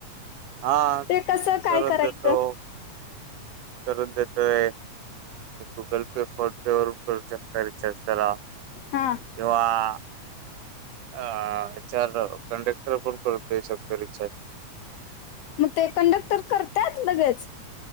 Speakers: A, on the right; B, on the left.
A: हा
B: ते कस काय
A: करून
B: करायचं
A: देतो करून देतोय गुगल पे फोन पे वरून करू शकता रिचार्ज त्याला
B: हा
A: किंवा आ. ह चार कंडक्टर पण करतेो शकतो रिक्षा.
B: मग ते कंडक्टर करतात लगेच.